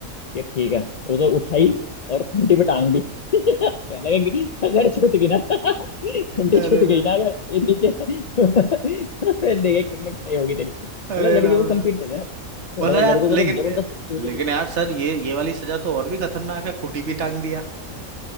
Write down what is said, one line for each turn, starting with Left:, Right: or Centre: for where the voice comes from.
Left: ये ठीक है उसे उठाई और खूंटी पे टांग दी <laughs> कहने लगा कि अगर छूट गई ना खूंटी
Right: अरे
Left: छूट गई
Right: राम
Left: ना अगर ये नीचे <laughs> फिर देखे कितनी पिटाई होगी तेरी
Right: <laughs> अरे
Left: मतलब लड़के
Right: राम
Left: को कम्पीट थे ना थोड़ा
Right: मतलब
Left: सा लड़कों
Right: यार
Left: को
Right: लेकिन
Left: तो जबरदस्त पिटाई होती
Right: लेकिन
Left: थी
Right: यार सर ये ये वाली सजा तो और भी खतरनाक है खूंटी पे टांग दिया